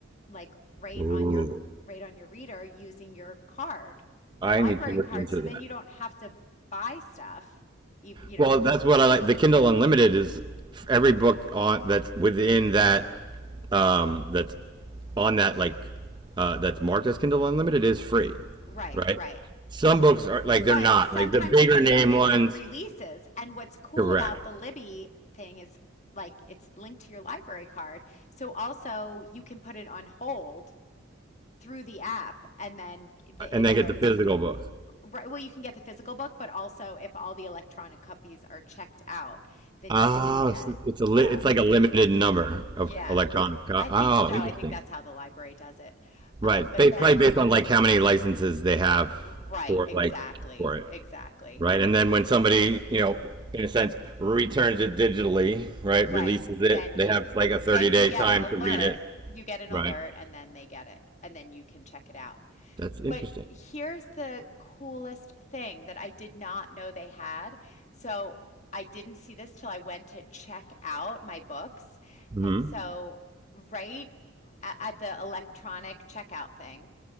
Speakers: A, on the left; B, on the right.
A: like right
B: Ooh,
A: on your right on your reader using your card,
B: I
A: your library
B: need to look
A: card.
B: into
A: So
B: that.
A: then you don't have to buy stuff, even you
B: Well,
A: know,
B: that's what I like. The Kindle Unlimited is every book on that's within that um that's on that like uh that's marked as Kindle Unlimited is free,
A: right,
B: right?
A: right.
B: Some books are like they're
A: But
B: not
A: sometimes
B: like the bigger
A: you can
B: name
A: get the
B: ones,
A: new releases. And what's cool
B: correct?
A: about the Libby thing is like it's linked to your library card. So also you can put it on hold through the app and then the,
B: And
A: it
B: then
A: alerts
B: get the physical
A: you.
B: book.
A: Right, well, you can get the physical book, but also if all the electronic copies are checked out, then
B: Oh,
A: you can get,
B: so it's a
A: yeah.
B: li- it's like a limited number
A: Yeah,
B: of electronic. co-
A: I
B: Oh,
A: think so. I
B: interesting.
A: think that's how the library does it.
B: Right.
A: Um, but
B: Ba-
A: then,
B: probably based on like how many licenses they have
A: right,
B: for
A: exactly,
B: like for it.
A: exactly,
B: Right. And then when somebody, you know, in a sense, returns it digitally, right,
A: right.
B: releases it,
A: Then
B: they
A: you
B: have like a 30
A: then
B: day
A: you get
B: time
A: an alert.
B: to read it.
A: You get an
B: Right.
A: alert, and then they get it, and then you can check it out.
B: That's interesting.
A: But here's the coolest thing that I did not know they had. So I didn't see this till I went to check out my books,
B: hmm
A: and so right a- at the electronic checkout thing.